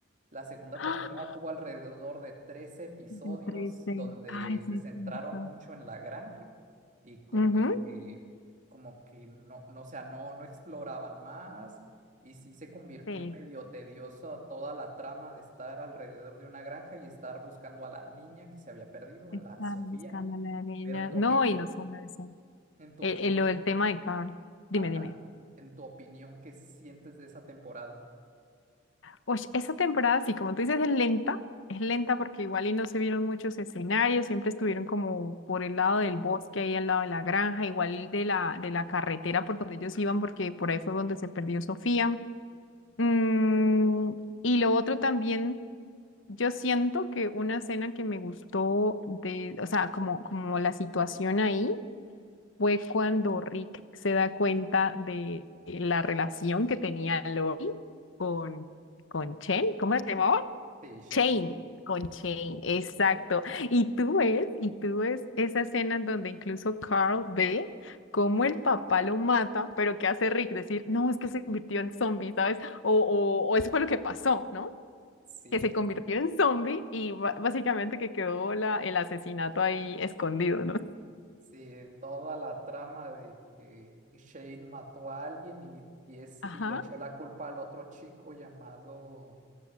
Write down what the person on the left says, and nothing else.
¡Ah!
De tres de
Ay, sí,
es cierto.
Ujú.
Sí.
Estaban
buscando a la niña.
No,
y no solo eso.
Eh,
eh, lo del tema de Carl. Dime,
dime.
Oye, esa temporada, sí, como tú dices, es lenta. Es lenta porque igual y no se vieron muchos escenarios, siempre estuvieron como por el lado del bosque, ahí al lado de la granja, igual de la, de la carretera por donde ellos iban, porque por ahí fue donde se perdió Sofía. Mm, y lo otro también. Yo siento que una escena que me gustó de, o sea, como, como la situación ahí fue cuando Rick se da cuenta de la relación que tenía Lori con, con Chen, ¿cómo se llamaba?
Chain, con Chain, exacto. Y tú ves, y tú ves esa escena en donde incluso Carl ve cómo el papá lo mata, pero ¿qué hace Rick? Decir, no, es que se convirtió en zombie, ¿sabes? O, o, o eso fue lo que pasó, ¿no?
que se convirtió en zombie y ba- básicamente que quedó la, el asesinato ahí escondido, ¿no?
Ajá.